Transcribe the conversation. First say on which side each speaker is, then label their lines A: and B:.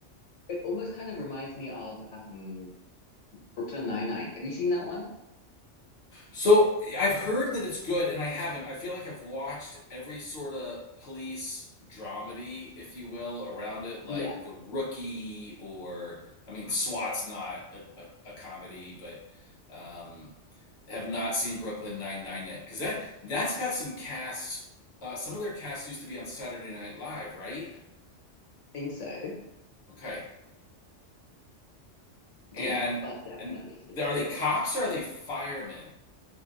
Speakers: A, on the left; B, on the left.
A: it almost kind of reminds me of um Brooklyn Nine-Nine. Have you seen that one?
B: So I've heard that it's good, and I haven't. I feel like I've watched every sort of police dramedy, if you will, around it, like
A: Yeah,
B: The Rookie, or I mean, SWAT's not a, a, a comedy, but um, have not seen Brooklyn Nine Nine yet because that that's got some casts. Uh, some of their casts used to be on Saturday Night Live, right?
A: I think so.
B: Okay, and
A: Yeah, but definitely
B: and
A: it's
B: are they
A: good.
B: cops or are they firemen?